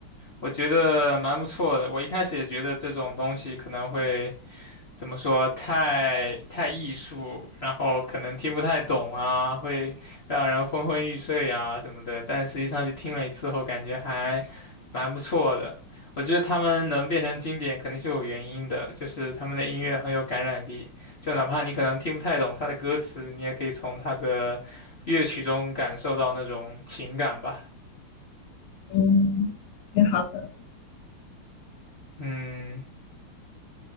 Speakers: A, on the left (about 35°); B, on the left (about 80°).
A: 我觉得蛮不错的。我一开始也觉得这种东西可能会怎么说，太太艺术，然后可能听不太懂啊，会让人昏昏欲睡啊什么的。但实际上去听了一次后，感觉还蛮不错的。我觉得他们能变成经典，肯定是有原因的，就是他们的音乐很有感染力。就哪怕你可能听不太懂他的歌词，你也可以从他的乐曲中感受到那种情感吧。
B: 嗯，挺好的。
A: 嗯。